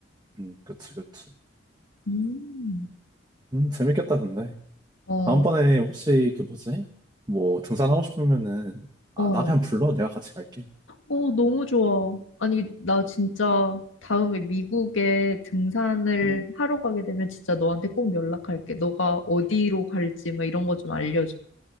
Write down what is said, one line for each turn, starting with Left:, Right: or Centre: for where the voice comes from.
Right: 음, 그치, 그치.
Left: 음.
Right: 음, 재밌겠다, 근데.
Left: 어,
Right: 다음번에 혹시 그 뭐지? 뭐 등산하고 싶으면은
Left: 어,
Right: 아, 나 그냥 불러. 내가 같이 갈게.
Left: 어, 너무 좋아. 아니, 나 진짜 다음에 미국에 등산을
Right: 음.
Left: 하러 가게 되면 진짜 너한테 꼭 연락할게. 너가 어디로 갈지 막 이런 거 좀 알려줘.